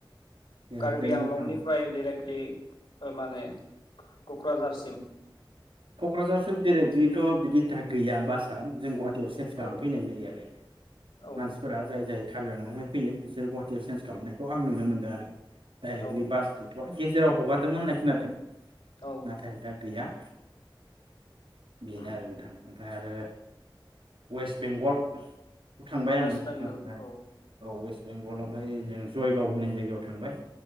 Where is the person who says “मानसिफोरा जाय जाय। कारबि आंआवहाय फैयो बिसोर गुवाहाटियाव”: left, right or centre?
Right